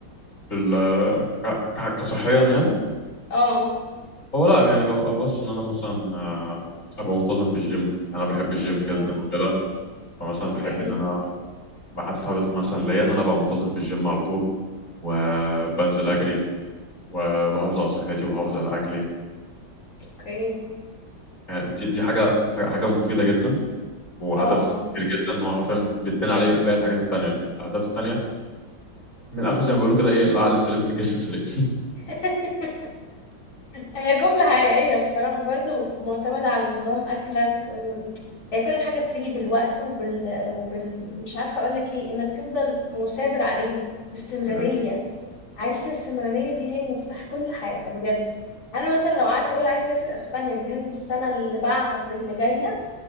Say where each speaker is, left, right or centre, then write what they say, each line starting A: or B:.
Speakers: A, on the left (about 40°); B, on the left (about 85°).
A: في ال... ك... ك... كصحيا يعني
B: اه
A: هو لا يعني ببقى بص ان انا مثلا آه، ابقى منتظم في الجيم انا بحب الجيم
B: اوكي
A: جدا وكده فمثلا
B: اوكي
A: بحب ان انا بحط هدف مثلا ليا ان انا ابقى منتظم في الجيم على طول وبنزل اجري وبحافظ على صحتي وبحافظ على اكلي
B: اوكي
A: يعني دي, دي حاجه حاجه مفيده جدا وهدف
B: اه اه
A: كبير جدا ان هو حرفيا بتبني عليه باقي الحاجات التانية الاهداف التانية من الاخر زي ما بيقولوا كده ايه العقل السليم في الجسم السليم
B: <laughs> هي جملة حقيقية بصراحة برضو معتمدة على نظام أكلك و... هي كل حاجة بتيجي بالوقت وبال... وبال مش عارفة أقولك ايه إنك تفضل مثابر عليها الاستمرارية
A: <laughs>
B: عارف الاستمرارية دي هي مفتاح كل حاجة بجد أنا مثلا لو قعدت أقول عايز أسافر أسبانيا من هنا للسنة اللي بعد اللي جاية